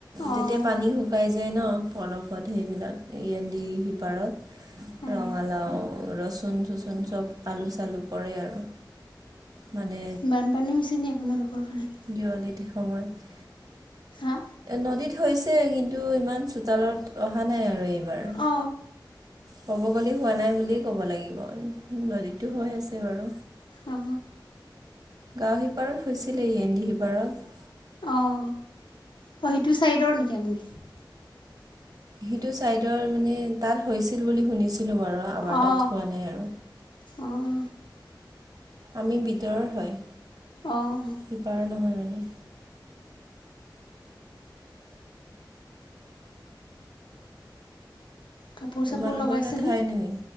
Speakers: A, on the left; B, on the right.
A: অঁ
B: যেতিয়া পানী শুকাই যায় ন পলসত সেইবিলাক এয়ন্দ সিপাৰত
A: অঁ
B: ৰঙালাও ৰচুন চচুন চব আলু চালু কৰে আৰু মানে
A: বানপানী হৈছে নি আপোনালোকৰ ফালে
B: দিৱালী সময়ত
A: হাঁ
B: নদীত হৈছে কিন্তু ইমান চোতালত অহা নাই আৰু এইবাৰ
A: অ
B: ক'ব গ'লে হোৱা নাই বুলিয়েই ক'ব লাগিব নদীতো হৈ আছে বাৰু
A: অ
B: গাঁও সিপাৰত হৈছিলে এয়েন্দি সিপাৰত
A: অ অ সেইটো চাইডৰ নেকি আপুনি
B: সেইটো চাইদৰ মানে তাত হৈছিল বুলি শুনিছিলো বাৰু আমাৰ
A: অ
B: তাত হোৱা নাই আৰু
A: অহ
B: আমি ভিতৰৰ হয়
A: অঁ
B: সিপাৰৰ নহয় মানে
A: কাপোৰ
B: তোমালোকৰ
A: চাপোৰ লগাইছেনে
B: তাত হয় নাই